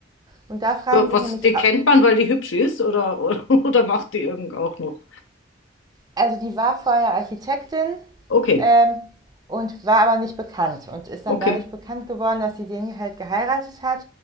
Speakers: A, on the right (about 20°); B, on the left (about 80°).
A: Und da fragen sich
B: Was,
A: nämlich,
B: die kennt man, weil die hübsch ist, oder, oder, <laughs> oder macht die irgend auch noch?
A: also die war vorher Architektin
B: Okay,
A: ähm, und war aber nicht bekannt und ist dann
B: okay,
A: dadurch bekannt geworden, dass sie den halt geheiratet hat.